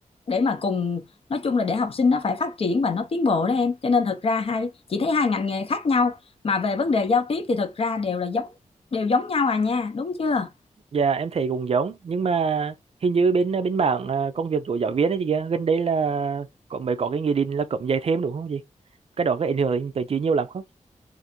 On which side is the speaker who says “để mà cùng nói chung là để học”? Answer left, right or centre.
Left